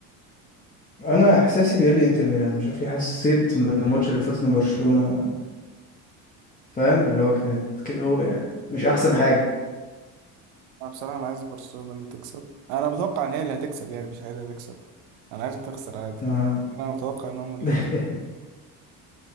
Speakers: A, on the left; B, on the right.
A: انا احساسي بيقول لي انتر ميلان مش عارف ليه حسيت من الماتش اللي فاتت ان برشلونة فاهم اللي هو كانت كده هو يعني مش احسن حاجة
B: انا بصراحه انا عايز برشلونه اللي تكسب انا متوقع ان هي اللي هتكسب يعني مش عايزها تكسب انا عايزها تخسر عادي
A: آه.
B: انا متوقع ان هم اللي
A: <laughs>
B: هيكسب